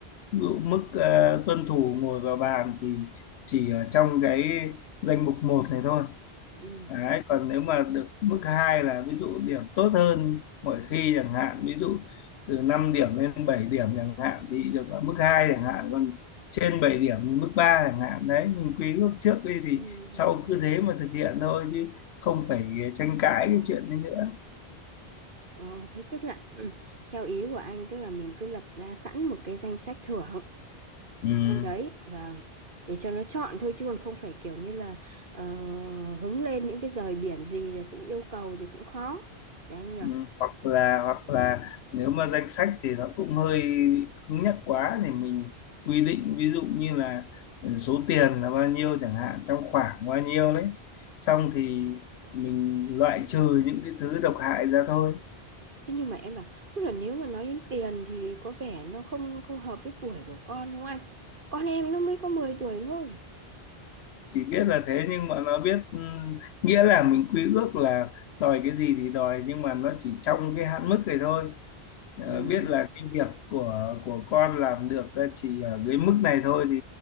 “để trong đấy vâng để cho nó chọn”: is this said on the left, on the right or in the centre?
Right